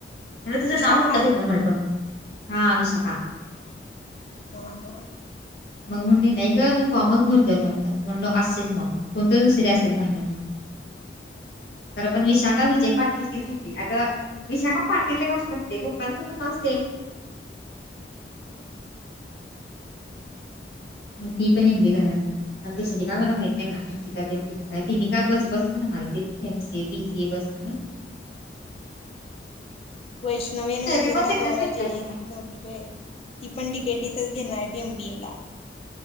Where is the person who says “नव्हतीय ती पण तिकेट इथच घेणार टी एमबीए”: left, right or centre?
Left